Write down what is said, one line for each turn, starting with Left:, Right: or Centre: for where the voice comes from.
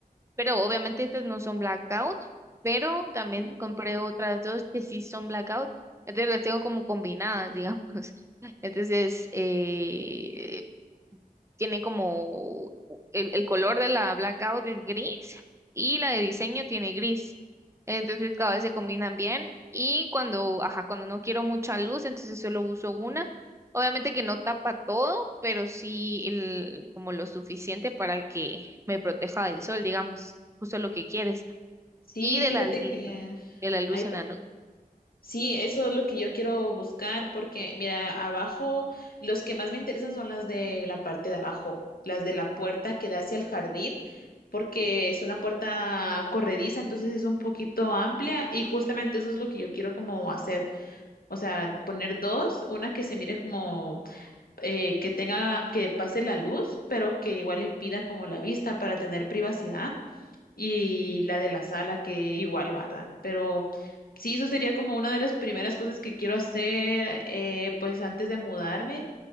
Right: pero obviamente estas no son blackout, pero también
Left: Ujú.
Right: compré otras dos que sí son blackout. Entonces las tengo como combinadas, digamos. <laughs> Entonces, eh, tiene como el, el color de la blackout es gris y la de diseño tiene gris. Entonces cada vez se combinan bien y cuando, ajá, cuando no quiero mucha luz, entonces solo uso una. Obviamente que no tapa todo, pero sí el- como lo suficiente para que me proteja del sol, digamos, justo lo que quieres.
Left: Sí,
Right: Y de
Left: fíjate
Right: la, lu-
Left: que
Right: de la luz
Left: hay
Right: en la noche.
Left: Sí, eso es lo que yo quiero buscar porque, mira, abajo, los que más me interesan son las de la parte de abajo, las de la puerta que da hacia el jardín, porque es una puerta corrediza, entonces es un poquito amplia y justamente eso es lo que yo quiero como hacer, o sea, poner dos, una que se mire como eh, que tenga, que pase la luz, pero que igual impida como la vista para tener privacidad y la de la sala, que igual, ¿verdad? Pero sí, eso sería como una de las primeras cosas que quiero hacer, eh, pues antes de mudarme.